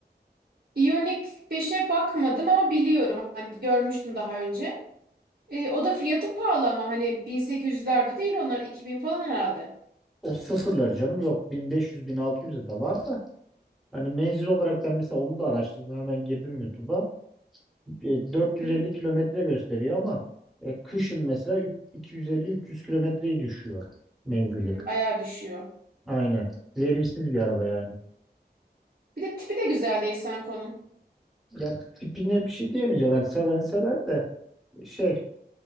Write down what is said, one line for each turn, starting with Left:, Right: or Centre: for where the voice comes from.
Right: Ioniq beşe bakmadım ama biliyorum. Hani görmüştüm daha önce. E, o da fiyatı pahalı ama hani 1800'lerde değil onlar 2000 falan herhalde.
Centre: O sıfırlar canım yok. Bin bin beş yüz, bin altı 1600e de var da. Hani menzil olarak ben mesela onu da araştırdım. Hemen girdim YouTube'a. E, dört
Right: Hı
Centre: yüz
Right: hı.
Centre: elli kilometre gösteriyor ama e, kışın mesela üç- 250-300 kilometreyi düşüyor menzili.
Right: Hmm, bayağı düşüyor.
Centre: Aynen. Verimsiz bir araba yani.
Right: Bir de tipi de güzel değil Sanko'nun.
Centre: Ya tipine bir şey diyemeyeceğim. Yani seven sever de şey